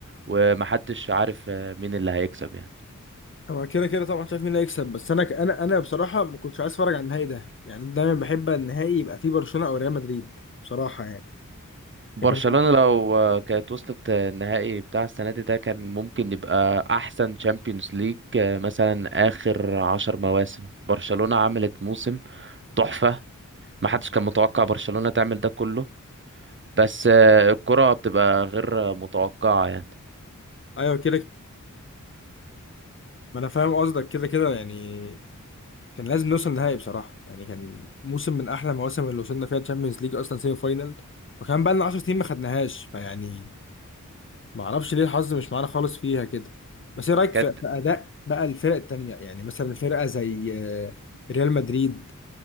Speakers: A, on the right; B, on the left.
A: ومحدش عارف آه، مين اللي هيكسب يعني
B: انا كده كده طبعا شايف مين اللي هيكسب بس انا انا انا بصراحه ما كنتش عايز اتفرج على النهائي ده يعني أنا دايما بحب النهائي يبقى فيه برشلونه او ريال مدريد بصراحه يعني
A: برشلونة
B: لكن
A: لو آه، كانت وصلت آه، النهائي بتاع السنة دي ده كان ممكن يبقى أحسن تشامبيونز ليج آه، مثلا آخر عشر مواسم برشلونة عملت موسم تحفة محدش كان متوقع برشلونة تعمل ده كله بس آه، الكرة بتبقى غير متوقعة يعني
B: ايوه كده كده، ما انا فاهم قصدك كده كده يعني كان لازم نوصل نهائي بصراحة يعني كان موسم من أحلى المواسم اللي وصلنا فيها تشامبيونز ليج أصلا سيمي فاينال وكان بقى لنا 10 سنين ما خدناهاش فيعني ما أعرفش ليه الحظ مش معانا خالص فيها كده بس إيه رأيك
A: كانت
B: في في أداء بقى الفرق التانية يعني مثلا فرقة زي آه، ريال مدريد